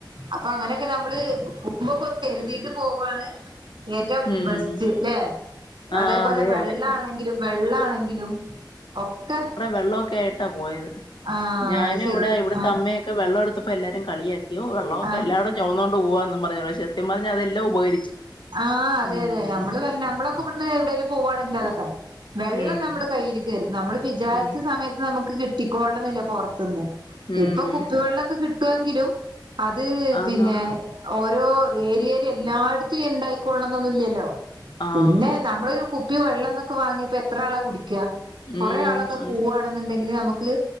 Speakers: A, on the right (about 80°); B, on the left (about 80°).
A: അപ്പോഅങ്ങനെ ക്കെ നമ്മള് പോവുമ്പക്കൊന്ന് കരുതീട്ട് പോവാണ് ഏറ്റം
B: ഉം
A: ബെസ്റ്റ് ല്ലെ.
B: ആഹ്
A: അതേപോലെ
B: അതെ
A: വെള്ളാണെങ്കിലും
B: അതെ
A: വെള്ളാണെങ്കിലും ഒക്കെ
B: വെള്ളാക്കെ ആയിട്ടാ പോയത്
A: ആഹ്
B: ഞാനും
A: അത് ശരി
B: ഇവിടെ ഇവിടത്തെ
A: ആഹ്
B: അമ്മയൊക്കെ വെള്ളം എടുത്തപ്പോ എല്ലാരും കളിയാക്കി ഓഹ് വെള്ളമൊക്കെ
A: ആഹ്
B: എല്ലാടം ചൊമന്നോണ്ട് പോവാ എന്നും പറഞ്ഞു പക്ഷ സത്യം പറഞ്ഞാ അതെല്ലാം ഉപകരിച്ചു.
A: ആഹ് അതെ
B: ഉം
A: അതെ. നമ്മള് വെൽ നമ്മളൊക്കെ ഇവട്ന്ന് എവിടേലും പോവാണെങ്കിൽ അതെട്ടോ വെള്ളം
B: ഉം
A: നമ്മള് കയ്യിൽ കരുതും. നമ്മള് വിചാരിച്ച
B: ഉം
A: സമയത്ത് നമുക്ക് കിട്ടിക്കൊള്ളണംന്നില്ല പുറത്തുന്ന്
B: ഉം
A: ഇപ്പൊ കുപ്പിവെള്ളൊക്കെ കിട്ടുവെങ്കിലും അത്
B: ആന്നാന്ന്
A: പിന്നെ ഓരോ ഏരിയേല് എല്ലായിടത്തും യിണ്ടായി ക്കോളണംന്നൊന്നും ഇല്ല്യല്ലോ.
B: ആഹ്
A: പിന്നെ നമ്മളൊരു കുപ്പി വെള്ളം ന്നൊക്കെ വാങ്ങിയാ ഇപ്പോ എത്രാളാ കുടി ക്ക്യാ. കൊറേ
B: ഉം
A: ആളൊക്കെ പോവാണ്ന്നുണ്ടെങ്കില് നമുക്ക്